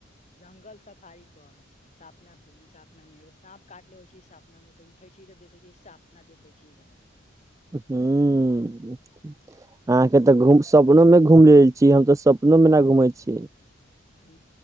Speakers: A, on the left; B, on the right.
A: जंगल सफाई पर है सपना सपना मे एगो साँप काट लेबै छी सपना मे तऽ उठे छी तऽ देखै छी सपना देखै छी हम
B: ह अहाँके तऽ घू सपनो मे घुम लेल छी हम तऽ सपनो मे ना घूमै छी
A: ह